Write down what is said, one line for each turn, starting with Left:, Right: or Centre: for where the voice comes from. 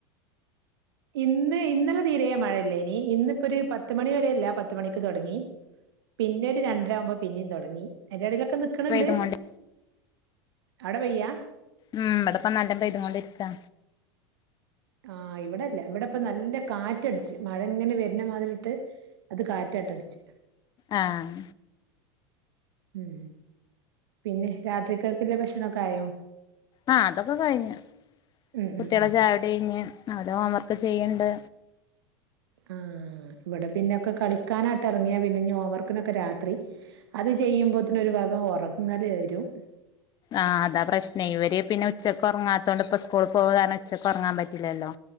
Right: ഇന്ന് ഇന്നലെ തീരെ മഴയില്ലേയ്ന്നി ഇന്ന്പ്പൊ ഒരു പത്ത്‌ മണി വരെല്ലാ പത്ത്‌ മണിക്ക് തെടങ്ങി പിന്നെ ഒരു രണ്ടരവുമ്പോ പിന്നിം തുടങ്ങി അയ്ന്റെ ഇടയിലൊക്കെ നിക്ക് ക്ക്ണ്
Left: പെയ്തും
Right: ണ്ട്
Left: കൊണ്ട്
Right: അവിട പെയ്യ
Left: ആഹ് ഇവിടപ്പം നല്ലം പെയ്ത്കൊണ്ടിരിക്കാ
Right: ആഹ് ഇവിടെല്ല ഇവിടെപ്പ നല്ല കാറ്റടിച്ച് മഴ ഇങ്ങനെ വര്ണമാതിരിട്ട് അത് കാറ്റ്ട്ടടിച്ച്
Left: ആഹ്
Right: ഉം പിന്നെ രാത്രികൽക്ക്ല്ല ഭക്ഷണൊക്കെ ആയോ
Left: ആഹ് അതൊക്കെ കഴിഞ്ഞ്
Right: ഉം
Left: കുട്ട്യാളെ
Right: ഉം ഉം
Left: ചായ കുടി കയ്ഞ്ഞ് അവരുടെ ഹോം വർക്ക് ചെയ്യ്ണ്ട്
Right: ആഹ് ഇവടെ പിന്നൊക്കെ കളിക്കാനാട്ട് ഇറങ്ങിയാ പിന്നെ ഞ്ഞി ഹോം വർക്കിനൊക്കെ രാത്രി അത് ചെയ്യുമ്പോത്തന് ഒരു ഭാഗം ഉറങ്ങല് വരും
Left: ആഹ് അതാ പ്രശ്ന ഇവര് പിന്നെ ഉച്ചയ്ക്ക് ഉറങ്ങാത്തതണ്ട് ഇപ്പ സ്കൂൾ പോവു കാരണം ഉച്ചക്ക് ഉറങ്ങാൻ പറ്റില്ലല്ലോ